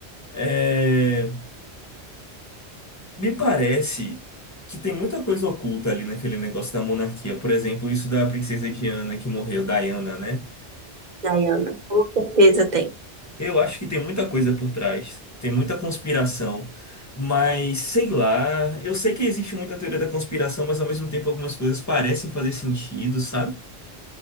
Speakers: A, on the left; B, on the right.
A: É, me parece que tem muita coisa oculta ali naquele negócio da monarquia. Por exemplo, isso da princesa Diana que morreu, Diana, né?
B: Diana. Com certeza tem.
A: Eu acho que tem muita coisa por trás, tem muita conspiração, mas sei lá, eu sei que existe muita teoria da conspiração, mas ao mesmo tempo algumas coisas parecem fazer sentido, sabe?